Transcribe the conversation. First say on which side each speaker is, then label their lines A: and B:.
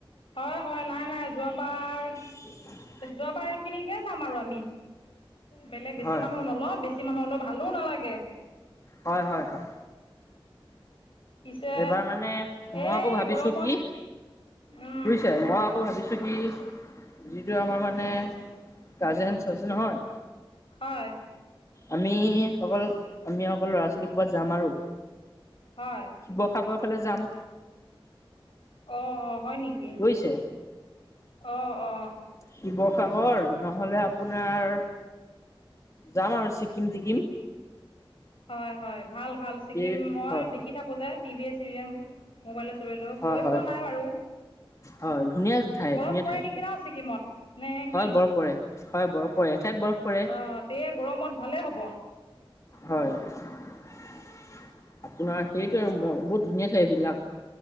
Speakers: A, on the left; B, on the left.
A: হয় হয় নাই নাই যোৱাবাৰ
B: <inaudible>
A: যোৱাবাৰ সেইখিনিকে যাম আৰু আমি। বেলেগ বেছি
B: হয়
A: মানুহ নলওঁ, বেছি মানুহ হলেও ভালো নালাগে।
B: হয় হয় হয়।
A: পিছে
B: এইবাৰ মানে মই
A: এই
B: আকৌ ভাবিছো
A: গৰমত
B: কি
A: উম
B: বুজিছে? মই আকৌ ভাবিছোঁ কি যিটো আমাৰ মানে কাজেনছ আছে নহয়।
A: হয়।
B: আমি অকল আমি অকল ল'ৰা-ছোৱালীসোপা যাম আৰু।
A: হয়।
B: শিৱসাগৰৰ ফালে যাম।
A: অ', হয় নেকি?
B: বুজিছে
A: অ', অ।
B: শিৱসাগৰ, নহলে আপোনাৰ যাম আৰু ছিকিম-টিকিম।
A: হয় হয়, ভাল ভাল ছিকিম
B: এই
A: মই
B: হয়
A: দেখি থাকোঁ যে টিভিয়ে চিভিয়ে। মোবাইলে-চোবাইলেও
B: হয়
A: গৈ
B: হয়
A: পোৱা নাই বাৰু।
B: হয়, ধুনীয়া ঠাই
A: বৰফ
B: ধুনীয়া
A: পৰে
B: ঠাই
A: নেকি ন ছিকিমত নে
B: হয়
A: কি
B: বৰফ পৰে। হয়, বৰফ পৰে। এঠাইত বৰফ পৰে
A: অ' তেহে গৰমত ভালে হ'ব।
B: হয়। আপোনাৰ সেইটোৱে আৰু বহুত ধুনীয়াা ঠাই এই বিলাক।